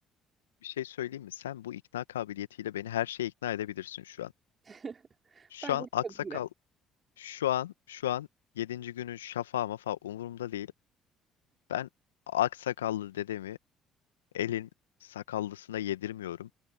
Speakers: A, on the left (about 80°); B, on the right (about 35°).
A: bir şey söyleyeyim mi? Sen bu ikna kabiliyetiyle beni her şeye ikna edebilirsin şu an.
B: <laughs>
A: Şu
B: Bence
A: an aksakal
B: kabule.
A: şu an şu an yedinci günün şafağı mafa umurumda değil. Ben aksakallı dedemi elin sakallısına yedirmiyorum